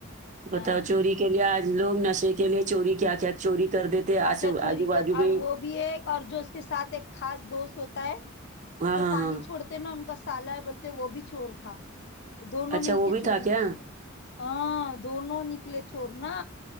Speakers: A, on the right; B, on the left.
A: بتاؤ
B: ہاں
A: چوری کے لیے آج لوگ نشے کے لیے چوری کیا کیا چوری کر دیتے
B: کیا
A: آسو
B: کیا چوری
A: آجو
B: کر
A: باجو میں
B: اور
A: ہی
B: وہ بھی ایک اور جو اس کے ساتھ ایک خاص دوست ہوتا ہے
A: ہاں
B: جو
A: ہاں
B: پانی
A: ہاں
B: چھوڑ نا ان کا سالا ہے بولتے وہ بھی چور تھا دونوں
A: اچھا
B: مل
A: وہ
B: کے
A: بھی
B: چوری
A: تھا کیا
B: کی ہاں دونوں نکلے چور نا